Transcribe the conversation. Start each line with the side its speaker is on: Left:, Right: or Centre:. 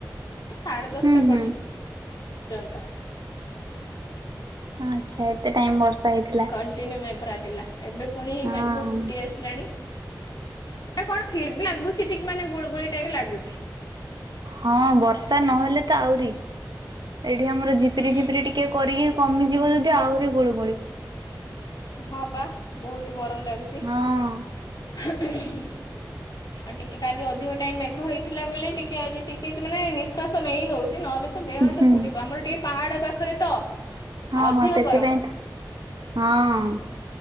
Left: ସାଢ଼େ ଦଶଟା
Right: ହୁଁ ହୁଁ
Left: ପର୍ଯ୍ୟ ନ୍ତ।
Right: ଆଚ୍ଛା ଏତେ ଟାଇମ ବର୍ଷା ହେଇଥିଲା
Left: କଣ୍ଟିନ୍ୟୁ ମେଘ ଚାଲିଲା ଏବେ ପୁଣି ଏ
Right: ହଁ
Left: ମେଘୁ ଘୁଟି ଆସିଲାଣି। ଏଟା କଣ ଫିର ବି ଲାଗୁଛି ଟିକେ ମାନେ ଗୁଳି ଗୁଳି ଟାଇପର ଲାଗୁଛି।
Right: ହଁ ବର୍ଷା ନହେଲେ ତ ଆହୁରି ଏଇଠି ଆମର ଝିପିରି
Left: ହୁଁ
Right: ଝିପିରି ଟି କେ କରିକି କମିଯିବ ଯଦି ଆହୁରି ଗୁଳୁ ଗୁଳି।
Left: ହଁ ପା ବହୁତ ଗରମ ଲାଗୁ
Right: ହଁ।
Left: <inaudible> ଆଉ ଟିକେ କାଲି ଅଧିକ ଟାଇମ୍ ମେଘ ହେଇଥିଲା ବୋଲି ଟିକେ ଆଜି ଟିକେ ଜ ମାନେ ନିଶ୍ଵାସ ନେଇ ହେଉଛି ନହେଲେ ତ ଦେହ ହାତ
Right: ହୁଁ
Left: ପୋଡ଼ିବ ଆମର ଟିକେ ପାହାଡ ପାଖରେ ତ
Right: ହଁ
Left: ଅଧିକ
Right: ହଁ ସେଥିପାଇଁ
Left: ଗରମ
Right: ଥ ହଁ-ଅ-ଅ।